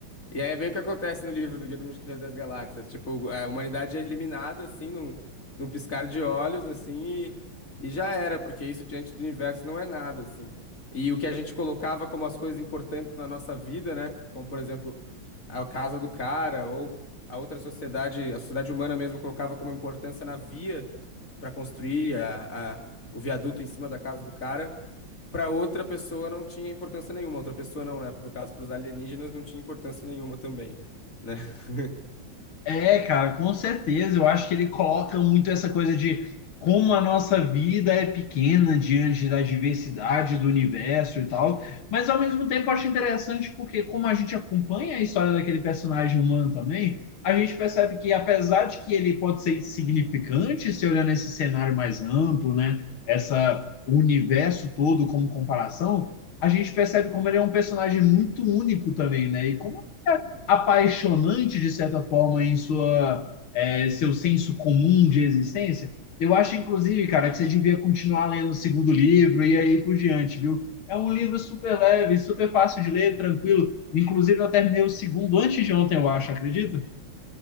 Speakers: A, on the left; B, on the left.
A: E aí é bem o que acontece no livro do Guia do Mochileiro das Galáxias. Tipo, a humanidade é eliminada, assim, num, num piscar de olhos, assim, e, e já era, porque isso diante do universo não é nada, assim. E o que a gente colocava como as coisas importantes na nossa vida, né? Como, por exemplo, a casa do cara, ou a outra sociedade, a sociedade humana mesmo colocava como importância na via para construir a, a- o viaduto em cima da casa do cara para outra pessoa não tinha importância nenhuma. Outra pessoa não, né? No caso, para os alienígenas não tinha importância nenhuma também, né? <laughs>
B: É, cara, com certeza. Eu acho que ele coloca muito essa coisa de como a nossa vida é pequena diante da diversidade do universo e tal. Mas ao mesmo tempo eu acho interessante porque como a gente acompanha a história daquele personagem humano também, a gente percebe que apesar de que ele pode ser insignificante se olhar nesse cenário mais amplo, né? Essa o universo todo como comparação, a gente percebe como ele é um personagem muito único também, né? E como é apaixonante, de certa forma, em sua, é, seu senso comum de existência. Eu acho, inclusive, cara, que você devia continuar lendo o segundo livro e aí por diante, viu? É um livro super leve, super fácil de ler, tranquilo. Inclusive, eu terminei o segundo antes de ontem, eu acho, acredita?